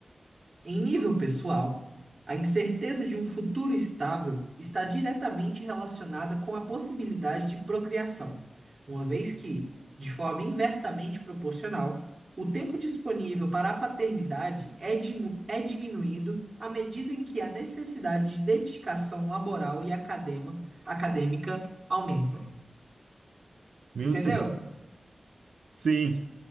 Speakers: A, on the right; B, on the right.
A: Em nível pessoal, a incerteza de um futuro estável está diretamente relacionada com a possibilidade de procriação, uma vez que, de forma inversamente proporcional, o tempo disponível para a paternidade é, dimu- é diminuído à medida em que a necessidade de dedicação laboral e academa- acadêmica aumenta.
B: Meu
A: Entendeu?
B: Deus. Sim.